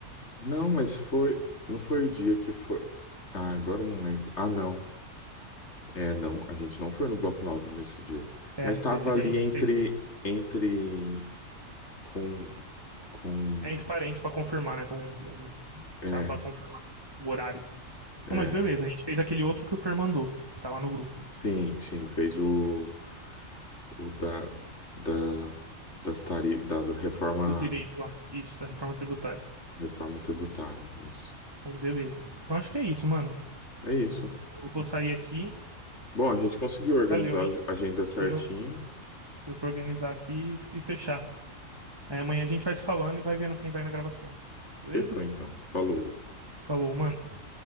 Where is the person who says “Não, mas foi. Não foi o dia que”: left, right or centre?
Left